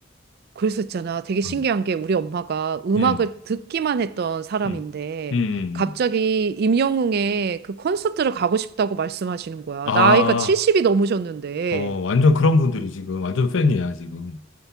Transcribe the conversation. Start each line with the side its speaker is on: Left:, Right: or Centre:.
Right: 그래서 있잖아. 되게 신기한
Left: 음.
Right: 게 우리 엄마가 음악을
Left: 음.
Right: 듣기만 했던 사람인데
Left: 음. 음. 음.
Right: 갑자기
Left: 음.
Right: 임영웅의 그 콘서트를 가고 싶다고 말씀하시는 거야.
Left: 아,
Right: 나이가 70이 넘으셨는데.
Left: 어, 완전 그런 분들이 지금 완전 팬이야, 지금.